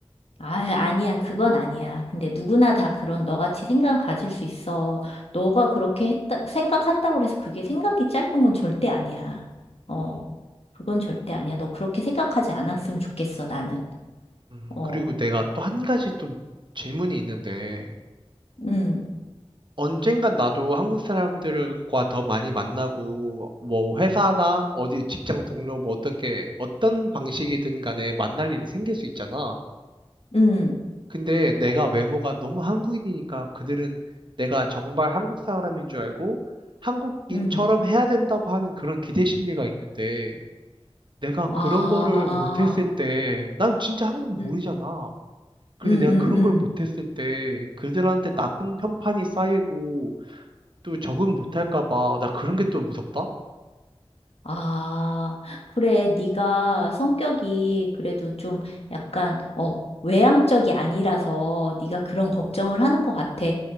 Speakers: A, on the left; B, on the right.
A: 아, 아니야. 그건 아니야. 근데 누구나 다 그런 너같이 생각 가질 수 있어. 너가 그렇게 했다, 생각한다고 해서 그게 생각이 짧은 건 절대 아니야. 어. 그건 절대 아니야. 너 그렇게 생각하지 않았으면 좋겠어, 나는.
B: 음,
A: 어.
B: 그리고 내가 또 한 가지 또 질문이 있는데,
A: 음,
B: 언젠간 나도 한국 사람들과 더 많이 만나고, 뭐, 회사나 어디 직장 동료, 뭐, 어떻게, 어떤 방식이든 간에 만날 일이 생길 수 있잖아.
A: 음,
B: 근데 내가 외모가 너무 한국인이니까 그들은 내가 정말 한국 사람인 줄 알고, 한국인처럼
A: 음.
B: 해야 된다고 하는 그런 기대 심리가 있는데, 내가
A: 아,
B: 그런 거를 못했을 때, 난 진짜 한국
A: 음,
B: 모르잖아. 그래서
A: 음,
B: 내가
A: 음,
B: 그런
A: 응.
B: 걸 못했을 때, 그들한테 나쁜 평판이 쌓이고, 또 적응 못할까 봐. 나 그런 게 또 무섭다?
A: 아, 그래. 네가 성격이 그래도 좀 약간 어 외향적이 아니라서 네가 그런 걱정을 하는 것 같아.